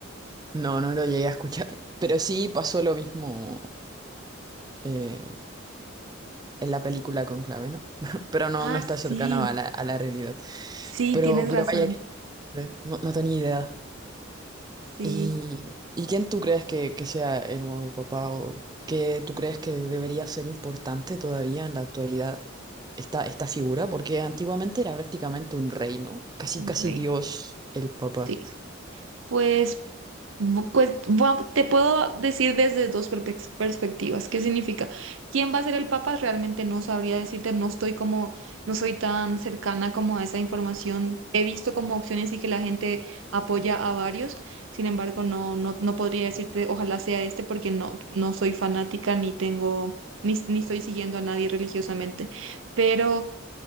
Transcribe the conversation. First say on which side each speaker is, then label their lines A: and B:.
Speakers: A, on the right; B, on the right.
A: No, no lo llegué a escuchar, <laughs> pero sí pasó lo mismo eh, en la película Conclave, ¿no? <laughs> Pero no,
B: Ah,
A: no está
B: sí.
A: cercano a la, a la realidad.
B: Sí,
A: Pero,
B: tienes
A: pero
B: razón.
A: vaya que interesante. No, no tenía idea.
B: Sí,
A: ¿Y, y quién tú crees que, que sea el nuevo papá o qué tú crees que debería ser importante todavía en la actualidad esta, esta figura? Porque antiguamente era prácticamente un rey no casi
B: un
A: casi
B: rey.
A: Dios el papá.
B: Sí. Pues, bu- pues va- te puedo decir desde dos perpex- perspectivas. ¿Qué significa? ¿Quién va a ser el Papa? Realmente no sabría decirte, no estoy como, no soy tan cercana como a esa información. He visto como opciones y que la gente apoya a varios. Sin embargo, no, no, no podría decirte, ojalá sea este, porque no, no soy fanática ni tengo, ni, ni estoy siguiendo a nadie religiosamente. Pero